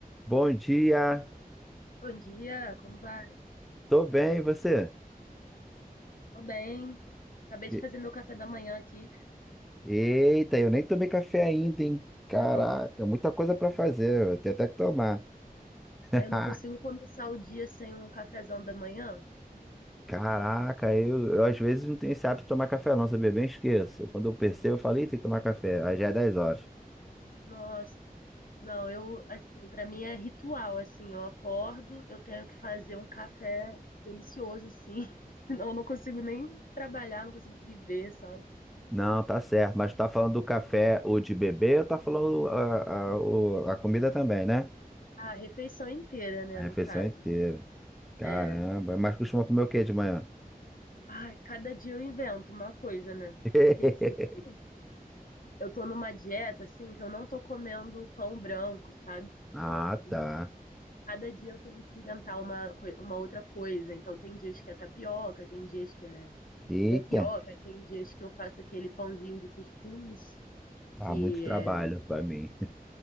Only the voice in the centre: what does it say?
Bom dia,
tô bem, e você?
E-
Eita, eu nem tomei café ainda, hein? Caraca,
muita coisa pra fazer, eu tenho até que tomar. <laughs>
Caraca, eu, eu às vezes não tenho esse hábito de tomar café não, sabia? Bem esqueço. Quando eu percebo, eu falei, tem que tomar café, aí já é dez horas.
Não, tá certo, mas tu tá falando do café, o de beber, ou tá falando a, a, o- a comida também, né?
A refeição
inteira.
Caramba,
mas costuma comer o quê de manhã?
<laughs>
Ah,
tá.
Eita.
Ah,
muito trabalho
pra mim.